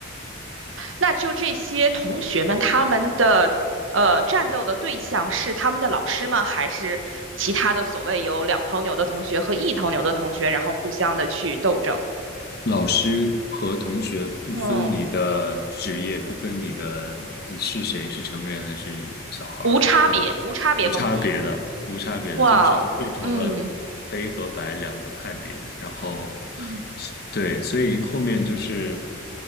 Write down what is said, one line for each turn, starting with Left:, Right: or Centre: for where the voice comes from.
Right: 那就这些同学们，他们的呃战斗的对象是他们的老师吗？还是其他的所谓有两头牛的同学和一头牛的同学，然后互相的去斗争？
Left: 老师和同学不分你的职业，
Right: 嗯。嗯。
Left: 不分你的你是谁，是成人还是小孩儿，
Right: 无差别，
Left: 然后
Right: 无差别攻击。
Left: 无差别的，无差别的就直接变成了
Right: 哇哦，嗯
Left: 黑和白两个派别，然后。
Right: 嗯，
Left: 对，所以后面就是